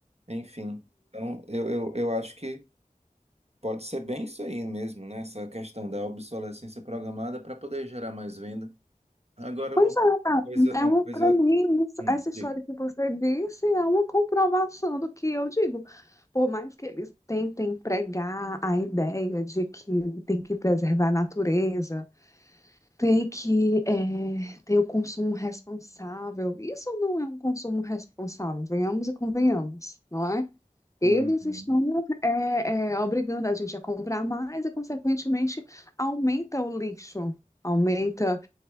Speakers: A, on the right; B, on the left.
A: Enfim, então eu, eu, eu acho que pode ser bem isso aí mesmo, né? Essa questão da obsolescência programada para poder gerar mais venda. Agora,
B: Pois
A: uma
B: é, tá.
A: coisa, uma
B: É um,
A: coisa.
B: para mim, isso-
A: Hum,
B: essa história
A: diga.
B: que você disse é uma comprovação do que eu digo. Por mais que eles tentem pregar a ideia de que tem que preservar a natureza, Tem que eh, ter o consumo responsável. Isso não é um consumo responsável, venhamos e convenhamos, não é? Eles
A: Uhum.
B: estão eh, eh, obrigando a gente a comprar mais e, consequentemente, aumenta o lixo, aumenta